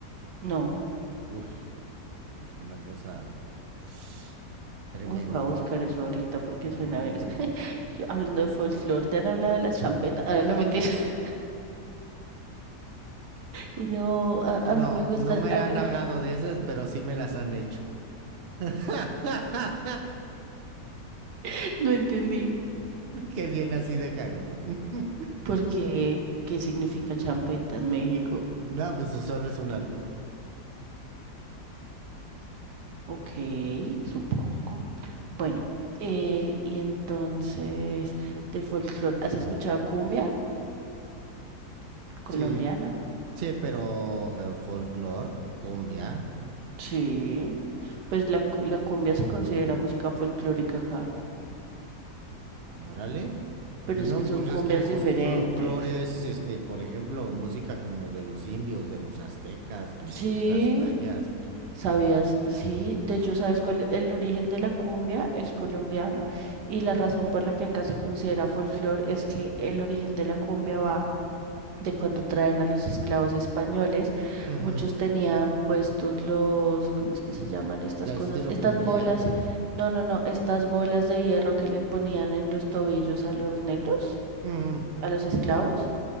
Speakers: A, on the right; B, on the right.
A: no.
B: Uf, que es una cosa <sighs> tremenda.
A: Uy, voy a buscar eso ahorita porque
B: Ujú.
A: suena bien. <laughs> Yo, hablando de folclor, ¿te han hablado de la champeta? Ah, no, mentiras. <laughs> Y No, a,
B: No,
A: a mí me gusta,
B: no me
A: a ver,
B: han hablado de esas, pero sí me las han hecho. <laughs>
A: <laughs> no entendí.
B: Qué bien así, déjalo. <laughs>
A: ¿Por qué? ¿Qué significa champeta en México?
B: No, pues solo es un albur.
A: Ok, supongo. Bueno, eh, y entonces, de folclore, ¿has escuchado cumbia colombiana?
B: Sí, sí, pero folklore, cumbia.
A: Sí. Pues la, cu- la cumbia se considera música folclórica acá,
B: Órale.
A: pero
B: No,
A: es que
B: pues
A: son
B: es
A: cumbias
B: que el fol-
A: diferentes.
B: folclore es, este, por ejemplo, música como de los indios, de los aztecas, mexicas,
A: Sí,
B: mayas,
A: sabías, sí, de hecho, ¿sabes cuál es el origen de la cumbia? Es colombiano. Y la razón por la que acá se considera folclore es que el origen de la cumbia va de cuando traen a los esclavos españoles,
B: ujú,
A: muchos tenían puestos los, ¿cómo es que se llaman estas
B: Del
A: cosas?
B: estilo
A: Estas
B: cumbiero,
A: bolas,
B: ¿o qué?
A: no, no, no, estas bolas de hierro que le ponían en los tobillos a los negros,
B: Ujú,
A: a los esclavos,